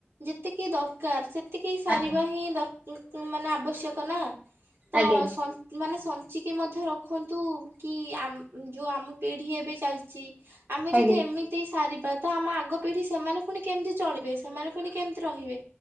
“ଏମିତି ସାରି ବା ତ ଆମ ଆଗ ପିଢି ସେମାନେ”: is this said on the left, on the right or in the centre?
Right